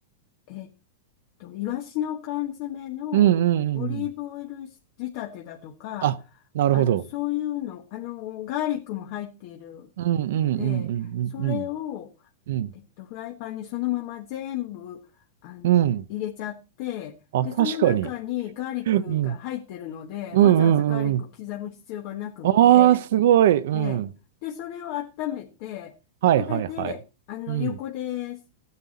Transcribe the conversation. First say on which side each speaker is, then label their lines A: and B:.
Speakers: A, on the left; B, on the right.
A: えっと、イワシの缶詰のオリーブオイル仕立てだとか、
B: うん、うん、うんうん。あ、なるほど。
A: あの、そういうの、あの、ガーリックも入っているので、
B: うん、うん、うん、うん、
A: それを、
B: うん、うん。うん。
A: えっと、フライパンにそのまま全部、あの、
B: うん
A: 入れちゃって、
B: あ、
A: で、
B: 確かに。
A: その中にガーリックが入ってるので、
B: うん。うん、
A: わざわざガーリックを刻む必要がなくって、
B: うん、うんうん。ああ、すごい。うん。
A: ええ。で、それを温めて、
B: はいはいはい。
A: それで、あの、
B: うん。
A: 横でス